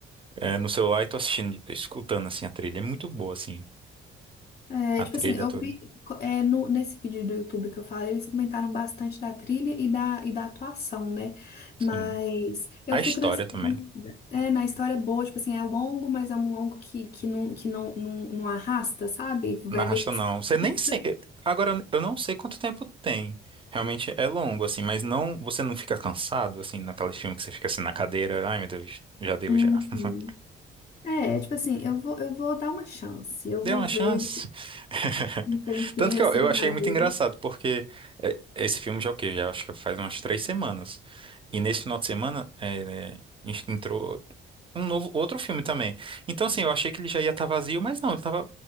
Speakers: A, on the right; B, on the left.
A: é, no celular e tô assistindo, escutando, assim, a trilha. É muito boa, assim,
B: É,
A: a
B: tipo
A: trilha
B: assim, eu
A: toda.
B: vi, co- é, no, nesse vídeo do YouTube que eu falei, eles comentaram bastante da trilha e da, e da atuação, né?
A: Sim.
B: Mas eu
A: A
B: fico
A: história
B: nessa
A: também.
B: dúvida. É, na história é boa, tipo assim, é longo, mas é um longo que, que, não, que não, não, não arrasta, sabe? Vai
A: Na Rasta
B: ver, tipo
A: não.
B: assim,
A: Você nem
B: fica.
A: sei. Agora eu eu não sei quanto tempo tem. Realmente é longo, assim, mas não. Você não fica cansado, assim, naquele filme que você fica assim na cadeira. Ai, meu Deus, já deu
B: Uhum.
A: já. <laughs>
B: É, tipo assim, eu vou, eu vou dar uma chance, eu
A: Deu
B: vou
A: uma
B: ver
A: chance. <laughs>
B: um tempinho
A: Tanto que
B: assim
A: ó, eu
B: pra
A: achei muito
B: ver.
A: engraçado, porque é, esse filme já é o quê? Já acho que faz umas três semanas. E nesse final de semana é, né, en- entrou um novo, outro filme também. Então, assim, eu achei que ele já ia estar vazio, mas não, ele tava